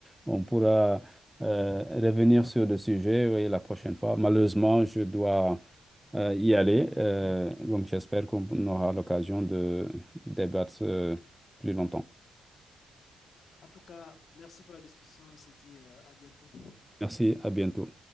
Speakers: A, in the centre; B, on the left.
A: On pourra euh, revenir sur le sujet, oui, la prochaine fois. Malheureusement, je dois euh, y aller. euh, donc, j'espère qu'on aura l'occasion de débattre euh, plus longtemps.
B: En tout cas, merci pour la discussion. On se dit euh, à bientôt.
A: Merci, à bientôt.